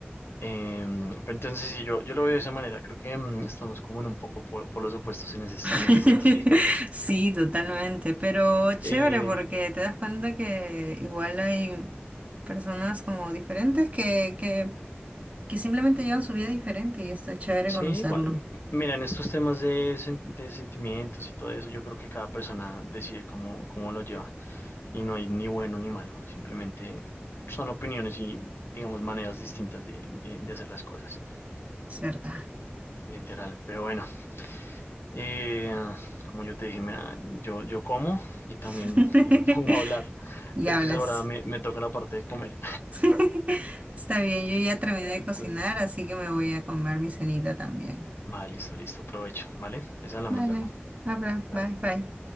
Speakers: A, on the left; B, on the right.
A: Em, pero entonces, sí, yo, yo lo veo de esa manera, creo que em, estamos como en un poco po- por, los opuestos en ese,
B: <laughs>
A: en ese sentido. <laughs>
B: Sí, totalmente, pero chévere
A: Eh,
B: porque te das cuenta que igual hay personas como diferentes que, que, que simplemente llevan su vida diferente y está chévere
A: Sí,
B: conocerlo,
A: igual. Mira, en estos temas de, sen- de sentimientos y todo eso, yo creo que cada persona decide cómo, cómo lo lleva y no hay ni bueno ni malo, simplemente son opiniones y, digamos, maneras distintas de, de- de hacer las cosas,
B: es verdad.
A: literal. Pero bueno, eh, como yo te dije, me da- yo, yo como y también
B: <laughs>
A: me <laughs> pongo a hablar,
B: Y
A: entonces
B: hablas.
A: ahora me, me toca la parte de comer.
B: <laughs> Está bien, yo ya terminé de
A: <laughs> Entonces,
B: cocinar, así que me voy a comer mi cenita también.
A: va, listo, listo, provecho, ¿vale? Te hablamos
B: Vale,
A: luego.
B: habla,
A: Cuídate.
B: bye, bye.